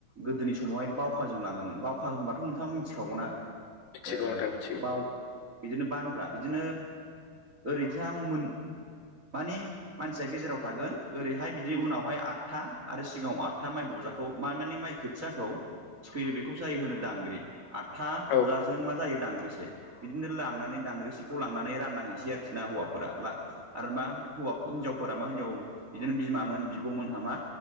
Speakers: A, on the right; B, on the left.
A: गोदोनि समावहाय बावखाजों लाङोमोन बावखा होनबाथ' नोंथाङा मिथिखागौ ना
B: मिथिगौ
A: ओ
B: नोंथां मिथिगौ
A: बाव बिदिनो बानग्रा बिदिनो ओरैसां मोन मानि मानसिया गेजेराव थागोन ओरैहाय बिदि उनावहाय आदथा आरो सिगाङाव आदथा माइ बजाखौ मा मानि माइ खो खोथियाखौ थिखोयो बेखौ जायो होनो दांग्रि आदथा बजाजों
B: औ
A: मा जायो दांग्रिसे बिदिनो लांनानै दांग्रिसेखौ लांनानै रानना हैनिसै आरोखि ना हौवाफोरा ला आरो मा हौवा हिनजावफोरा मा हिनजाव बिदिनो बिमामोन बिब'मोनहा मा